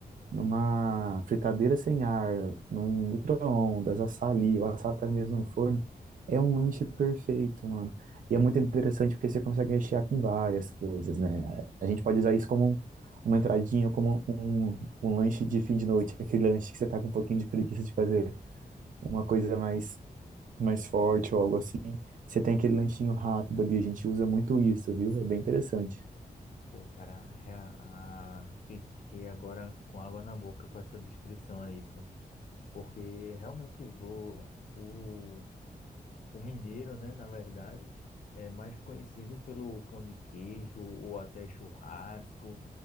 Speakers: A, on the right; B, on the left.
A: numa fritadeira sem ar, num micro-ondas, assar ali, ou assar até mesmo no forno, é um lanche perfeito, mano. E é muito interessante porque você consegue rechear com várias coisas, né? A gente pode usar isso como um, uma entradinha, como um, um lanche de fim de noite, aquele lanche que você tá com um pouquinho de preguiça de fazer uma coisa mais, mais forte ou algo assim. Você tem aquele lanchinho rápido ali, a gente usa muito isso, viu? É bem interessante.
B: Pô, cara, rea- ah, fiquei agora com água na boca com essa descrição aí, pô. Porque realmente vou, o, o mineiro, né, na verdade, é mais conhecido pelo pão de queijo ou até churrasco